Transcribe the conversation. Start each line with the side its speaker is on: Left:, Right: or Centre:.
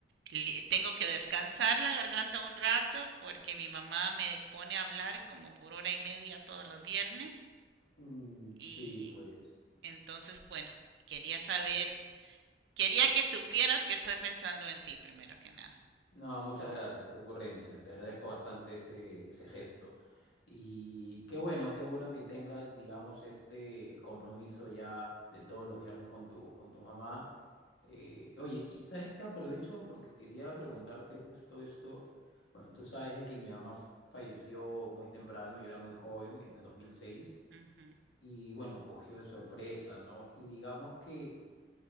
Right: li- tengo que descansar la garganta un rato porque mi mamá me pone a hablar como por hora y media todos los viernes
Left: Mm,
Right: y
Left: sí, pues.
Right: entonces, bueno, quería saber Quería que supieras que estoy pensando en ti primero que nada.
Left: No, muchas gracias, qué ocurrencia. Te agradezco bastante ese, ese gesto. Y qué bueno, qué bueno que tengas, digamos, este compromiso ya de todos los viernes con tu, con tu mamá. Eh, oye, y sabes que aprovecho porque quería preguntarte justo esto. Bueno, tú sabes de que mi mamá f- falleció muy temprano, yo era muy joven, en el dos mil seis
Right: Ujú,
Left: y bueno, cogió de sorpresa, ¿no? Y digamos que